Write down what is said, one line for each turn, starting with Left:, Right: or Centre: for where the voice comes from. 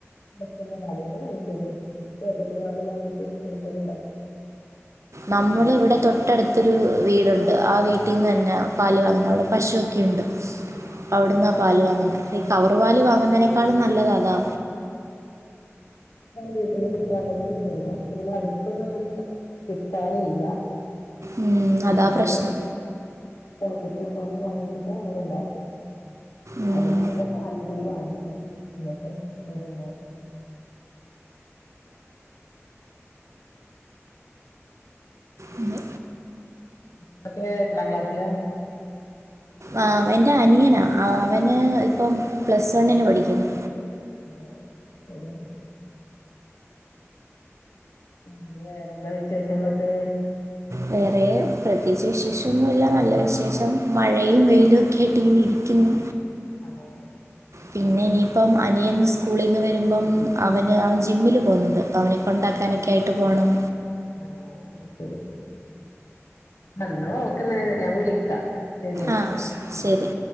Left: പൊറത്തുനിന്ന് കടേന്ന് വാങ്ങിക്കന്നേ പാക്കറ്റ് പാൽ വാങ്ങിട്ട് അങ്ങനെ തന്നെ ഇണ്ടാക്കും
Right: നമ്മള്
Left: അല്ലെങ്കി
Right: ഇവിടെ
Left: പാൽപ്പൊടി
Right: തൊട്ടടുത്തൊരു വീ വീടുണ്ട് ണ്ട് ആ വീട്ടിൽ നിന്ന് തന്നെ പാല് വാങ്ങുന്ന അവിടെ പശു ഒക്കെ ഉണ്ട്
Left: ആഹ്
Right: അവിട്ന്നാ പാല് വങ്ങുന്നെ ഈ കവർ പാൽ വാങ്ങുന്നതിനേക്കാളും നല്ലത് അതാ
Left: വീട്ടിൽ നിന്നും കിട്ടാൻ ഉണ്ടെങ്കിൽ പക്ഷെ അടുത്തൊന്നും അങ്ങനെ കിട്ടാനില്ല
Right: ഉം, അതാ
Left: അപ്പൊ പിന്നെ
Right: പ്രശ്നം
Left: പ്ക്കറ്റ് വാങ്ങിട്ട് അങ്ങനെ ഉണ്ടാക്കും
Right: ഉം,
Left: അല്ലെങ്കിൽ പിന്നെ പാൽപ്പൊടി വാങ്ങിക്കും എന്നൊക്കെ അങ്ങനെ ഉണ്ടാക്കും
Right: അതെ
Left: മക്കള് എത്രാം ക്ലാസിലാ
Right: ആ എന്റെ അനിയനാ അവന് ഇപ്പം പ്ലസ് വണ്ണിന് പഠിക്കുന്നു
Left: ആ അത ഉം അ വേറെന്താ വിശേഷങ്ങളൊക്കെ
Right: വേറെ പ്രത്യേകിച്ച് വിശേഷംഒന്നൂല്ല നല്ല വിശേഷം മഴയും വെയിലും കെട്ടിനി ഇരിക്കുന്നു
Left: ആഹ്
Right: പിന്നെ ഇനിയിപ്പം അനിയൻ സ്കൂളിൽ നിന്ന് വരുമ്പം അവന് അവൻ ജിമ്മിൽ പോകുന്നുണ്ട് അവനെ കൊണ്ടാക്കാനൊക്കെ ആയിട്ട് പോണം
Left: ആ അയ്ശരി എന്നാ ഓക്കെന്നാല് ഞാൻ വിളിക്കാം ശരി എന്നാ
Right: ആഹ് ശരി